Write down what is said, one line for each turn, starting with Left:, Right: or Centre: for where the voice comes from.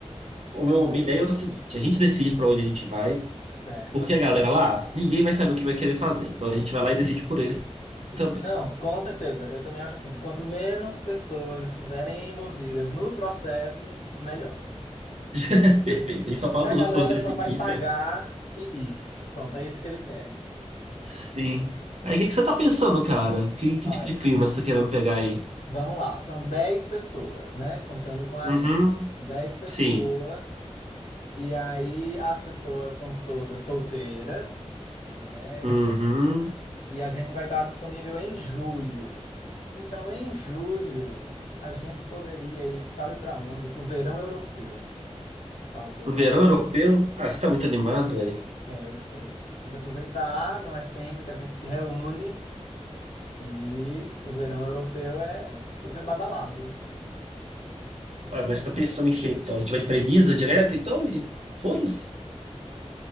Right: O meu, minha ideia é o seguinte: a gente decide pra onde a gente vai,
Left: certo?
Right: porque a galera lá, ninguém vai saber o que vai querer fazer. Então, a gente vai lá e decide por eles também.
Left: Não, com certeza. Eu também acho assim, quanto menos pessoas estiverem envolvidas no processo, melhor.
Right: <laughs> Perfeito. A gente só fala
Left: E a
Right: pros
Left: galera
Right: outros pra onde eles
Left: só
Right: têm
Left: vai
Right: que
Left: pagar
Right: ir, Fer.
Left: e ir. Pronto, é isso que eles querem.
Right: Sim. Aí, o que que você tá pensando, cara? Que, que
Left: Olha.
Right: tipo de clima você tá querendo pegar aí?
Left: Vamos lá, são 10 pessoas, né? Contando com a
Right: Uhum.
Left: gente. dez pessoas.
Right: Sim.
Left: E aí as pessoas são todas solteiras, né?
Right: Uhum.
Left: E a gente vai estar disponível em julho. Então, em julho, a gente poderia ir, sabe para onde? Para o verão europeu. Que tal o verão?
Right: No verão europeu? Ah, você tá muito animado, velho.
Left: É, eu estou. Tem que aproveitar, não é sempre que a gente se reúne. E o verão europeu é super badalado.
Right: Ah, mas você tá pensando em quê, então? A gente vai pra Ibiza direto, então? E foda-se.